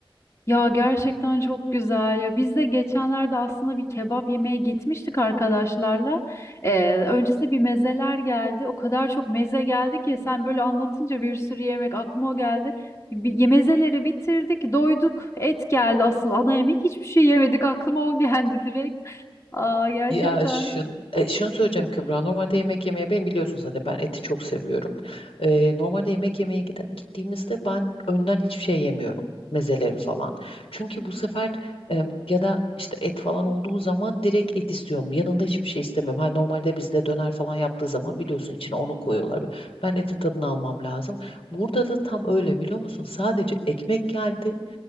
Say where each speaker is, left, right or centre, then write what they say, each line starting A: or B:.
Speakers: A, on the left (about 30°); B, on the left (about 75°).
A: Ya gerçekten çok güzel. Ya biz de geçenlerde aslında bir kebap yemeye gitmiştik arkadaşlarla.
B: <laughs>
A: Ee, öncesinde bir mezeler geldi. O kadar çok meze geldi ki sen böyle anlatınca bir sürü yemek aklıma o geldi. Bir, mezeleri bitirdik, doyduk. Et geldi asıl ana yemek. Hiçbir şey yemedik. Aklıma o geldi direkt. Aa gerçekten.
B: Ya şun, e, şunu söyleyeceğim Kübra. Normalde yemek yemeye ben biliyorsun zaten ben eti çok seviyorum. E, normalde yemek yemeye gide- gittiğimizde ben önden hiçbir şey yemiyorum. Mezeleri falan. Çünkü bu sefer e, ya da işte et falan olduğu zaman direkt et istiyorum. Yanında hiçbir şey istemiyorum. Hani normalde bizde döner falan yaptığı zaman biliyorsun içine onu koyuyorlar. Ben etin tadını almam lazım. Burada da tam öyle biliyor musun? Sadece ekmek geldi.